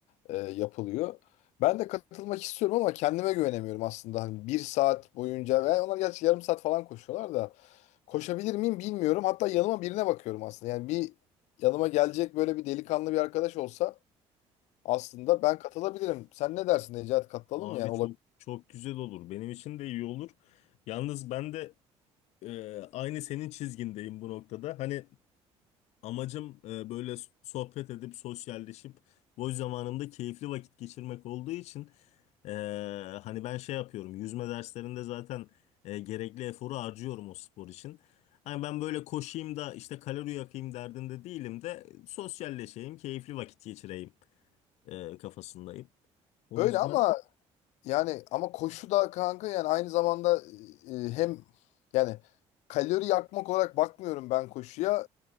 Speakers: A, on the left (about 85°); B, on the left (about 70°).
A: e, yapılıyor. Ben de katılmak istiyorum ama kendime güvenemiyorum aslında. Hani bir saat boyunca ve onlar gerçi yarım saat falan koşuyorlar da koşabilir miyim bilmiyorum. Hatta yanıma birine bakıyorum aslında. Yani bir yanıma gelecek böyle bir delikanlı bir arkadaş olsa aslında ben katılabilirim. Sen ne dersin Necati katılalım
B: Abi
A: mı yani olabilir.
B: çok çok güzel olur. Benim için de iyi olur. Yalnız ben de e, aynı senin çizgindeyim bu noktada. Hani Amacım e, böyle sohbet edip sosyalleşip boş zamanımda keyifli vakit geçirmek olduğu için e, hani ben şey yapıyorum yüzme derslerinde zaten e, gerekli eforu harcıyorum o spor için. Hani ben böyle koşayım da işte kalori yakayım derdinde değilim de sosyalleşeyim, keyifli vakit geçireyim e, kafasındayım. O
A: Öyle
B: yüzden
A: ama yani ama koşu da kanka yani aynı zamanda e, e, hem yani kalori yakmak olarak bakmıyorum ben koşuya.